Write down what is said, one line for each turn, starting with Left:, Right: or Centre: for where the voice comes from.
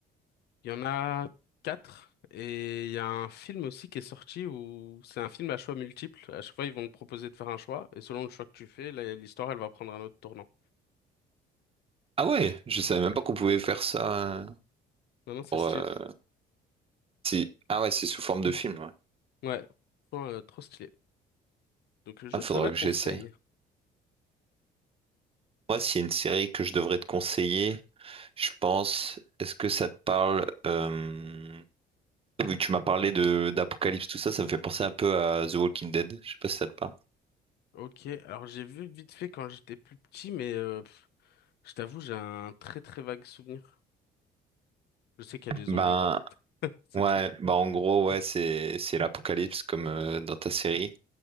Left: Il y en a quatre et il y a un film aussi qui est sorti où c'est un film à choix multiples. À chaque fois, ils vont te proposer de faire un choix et selon le choix que tu fais, là, l'histoire, elle va prendre un autre tournant.
Right: Ah ouais, je savais même pas qu'on pouvait faire ça euh,
Left: Non, non, c'est
Right: pour,
Left: stylé.
Right: euh, si... Ah ouais, c'est sous forme de film, ouais.
Left: Ouais, Franchement, euh, trop stylé. Donc, je
Right: Ah,
Left: te
Right: faudra
Left: la
Right: que
Left: conseille.
Right: j'essaye. Moi, s'il y a une série que je devrais te conseiller, Je pense, est-ce que ça te parle euh, Vu que tu m'as parlé de d'Apocalypse, tout ça, ça me fait penser un peu à The Walking Dead. Je sais pas si ça te parle.
Left: Ok, alors j'ai vu vite fait quand j'étais plus petit, mais euh, pff, je t'avoue, j'ai un très très vague souvenir. Je sais qu'il y a des zombies,
Right: Ben
Left: quoi. <laughs> C'est
Right: ouais,
Left: tout.
Right: bah en gros ouais, c'est c'est l'Apocalypse comme euh, dans ta série.